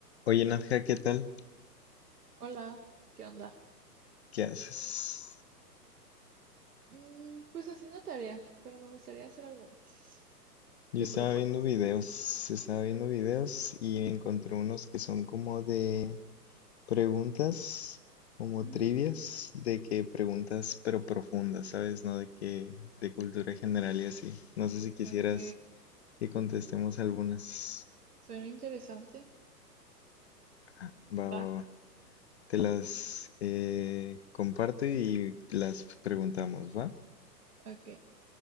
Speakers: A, on the left; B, on the right.
A: Oye, Nadja, ¿qué tal?
B: Hola, ¿qué onda?
A: ¿Qué haces?
B: Mm, pues haciendo tarea, pero me gustaría hacer algo más.
A: Yo
B: ¿Qué
A: estaba
B: propones?
A: viendo videos, estaba viendo videos y encontré unos que son como de preguntas, como
B: Ujú,
A: trivias, de que preguntas pero profundas, ¿sabes? No de que de cultura general y así. No sé si quisieras
B: Ok,
A: que contestemos algunas.
B: suena interesante.
A: Ah, Va, va,
B: Va,
A: va. Te las eh, comparto y las preguntamos, ¿va?
B: ok,